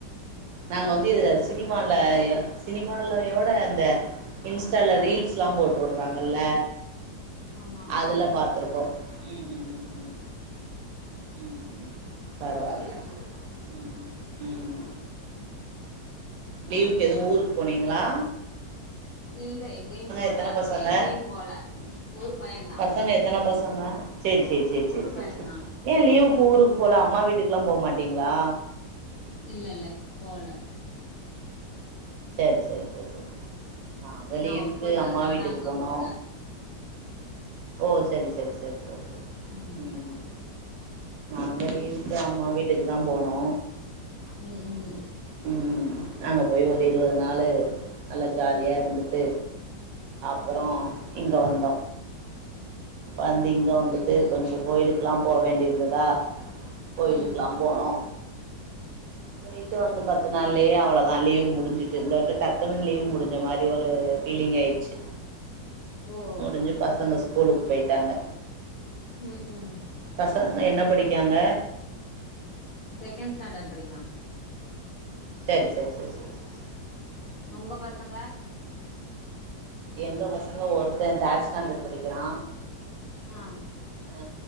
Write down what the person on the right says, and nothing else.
நாங்க வந்து இதுல சினிமால சினிமாலையோட அந்த இன்ஸ்ட்டால ரீல்ஸ்லா போட்டுடுவாங்கல்ல
அதுல பாத்துருக்கோ ம் ம் ம் ம் ம் ம் ம் பரவால்ல
ம் ம் லீவுக்கு எது ஊருக்கு போனீங்ளா
எத்தன பசங்க
பசங்க எத்தன பசங்க சேரி சேர் சே சே
சே
சே ஏ லீவுக்கு ஊருக்கு போல அம்மா வீட்டுக்லா போமாட்டீங்ளா
சேர் சேர் சே சே நாங்க
லீவுக்கு
அம்மா வீட்டுக்கு
போனோ
ஓ சரி சரி சரி சரி ச
ம் நாங்க லீவுக்கு அம்மா வீட்டுக்கு தா போனோ
ம் அங்க போயி ஒரு இருவது நாளு நல்லா ஜாலியா இருந்துட்டு அப்பறோ இங்க வந்தோ வந்து இங்க வந்துட்டு
கொஞ்சோ கோயிலுக்லா போ வேண்டி இருந்ததா கோயிலுக்லா
போனோ போய்ட்டு வந்து பத்து நாள்லயே அவ்ளோதா லீவு முடிஞ்சிட்டு இந்த வாட்டு டக்குன் லீவு முடிஞ்ச மாறி ஒரு பீலிங் ஆயிட்ச்சு
முடிஞ்சு பசங்க ஸ்கூலுக்கு போயிட்டாங்க
பசங்க என்ன படிக்காங்க
செரி செ செ செ செ
எங்க பசங்க ஒருத்தர் தேட் ஸ்டாண்டர்ட் படிக்கிறா
அ